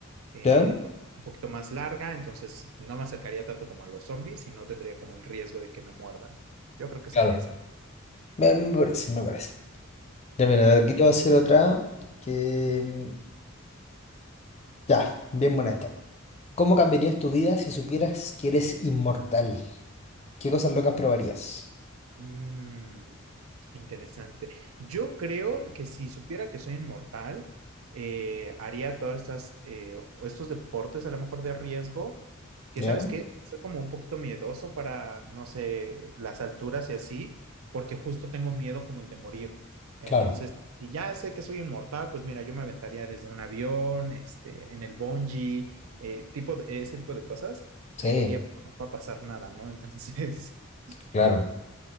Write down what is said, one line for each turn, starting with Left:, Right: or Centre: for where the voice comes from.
Right: eh,
Left: ¿Ya?
Right: porque es un poquito más larga, entonces no me acercaría tanto como a los zombies y no tendría como el riesgo de que me muerdan. Yo creo que
Left: Claro.
Right: sería esa.
Left: Me, me parece, me parece. Ya, mira, aquí te voy a hacer otra que... mm, Ya, bien buena esta. ¿Cómo cambiarías tu vida si supieras que eres inmortal? ¿Qué cosas locas probarías?
Right: Mm, interesante. Yo creo que si supiera que soy inmortal, eh, haría todas estas, eh, estos deportes a lo mejor de riesgo, que
Left: ¿Ya?
Right: sabes que soy como un poquito miedoso para, no sé, las alturas y así, porque justo tengo miedo como el de morir. Entonces,
Left: Claro.
Right: si ya sé que soy inmortal, pues mira, yo me aventaría desde un avión, este, en el bungee, eh, tipo de- ese tipo de cosas
Left: Sí,
Right: que diría, no va a pasar nada, ¿no? Entonces... <laughs>
Left: claro.
Right: eh,